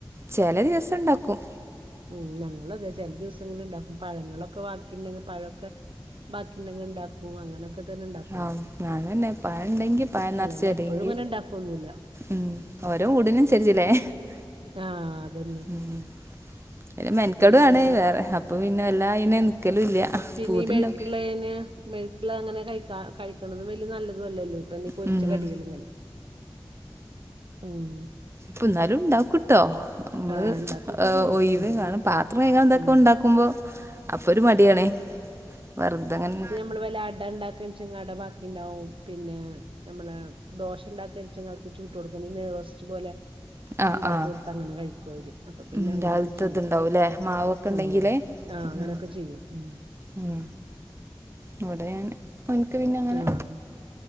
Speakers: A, on the right (about 30°); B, on the right (about 75°).
A: ചെല ദിവസം ണ്ടാക്കും
B: ഉം ഞങ്ങളുവതെ ചില ദിവ് ങ്ങളിലുണ്ടാക്കും പഴങ്ങളൊക്കെ ബാക്കിണ്ടെങ്കി പഴൊക്കെ ബാക്കിണ്ടെങ്കി ണ്ടാക്കും അങ്ങനൊക്കെ തന്നെ ഉണ്ടാക്കുള്ളൂ
A: ആഹ് ഞാനുന്നെ പഴ ഉണ്ടെങ്കി പഴംനെറച്ച്മതീങ്കി
B: അല്ലാണ്ട് എപ്പഴും ഇങ്ങനെ ഉണ്ടാക്കൊന്നുല്ല
A: ഉം ഓരോ <unintelligible>
B: ആഹ് അതന്നെ
A: ഉം മെൻക്കേടുആണ്
B: പിന്നെ
A: വേറെ അപ്പൊ പിന്നെ വെല്ലാ അയിന് നിക്കലു ഇല്ല
B: പിന്നെ
A: പൂതിണ്ടാവും
B: ഈ മെഴുക്കിള്ളേന് മെഴുക്കുള്ള അങ്ങനെ കഴിക്കാ കഴിക്കണതും വെല്യ നല്ലതുവല്ലല്ലോ ഇപ്പോ എണ്ണേ പൊരിച്ച
A: ഉം
B: കടികള് ഇങ്ങനെ ഉം
A: പ്പോ എന്നാലും ണ്ടാക്കൂട്ടോ മ്മള്
B: ആഹ് ഉണ്ടാക്കൊക്കെ ചെയ്യും
A: ഒയിവേകാണും
B: ഉം
A: പാത്രം കഴുകാൻ ഇതൊക്കെ
B: ഉം
A: ഉണ്ടാക്കുമ്പോ അപ്പൊ ഒരു മടിയാണേ വെറുതെങ്ങനെ
B: മ്മള് വല്ല അട ണ്ടാക്കാച്ച അട ബാക്കീണ്ടാവും പിന്നാ ഞമ്മള് ദോശ ണ്ടാക്കിവച്ചങ്ങവർക്ക് ചൂട്ട് കൊടുക്കുന്നേ നെയ്റോസ്റ്റ് പോലെ
A: ആഹ്
B: ഉണ്ടാക്കി
A: ആഹ്
B: കൊടുത്താ അങ്ങനെ കഴിക്കുവര് അപ്പൊ പിന്നെ
A: ഉം
B: അങ്ങനൊക്കെ
A: രാവിലത്തെ
B: ചെയ്യും
A: ഇതുണ്ടാവൂല്ലേ മാവൊക്കെ ഉണ്ടെങ്കിലേ
B: ഉം ആഹ് അങ്ങനൊക്
A: ഉം
B: ഒക്കെ ചെയ്യും ഉം
A: ഉം ഇവിടെ അങ്നെ ഓൻക് പിന്നെങ്ങനെ
B: ആഹ്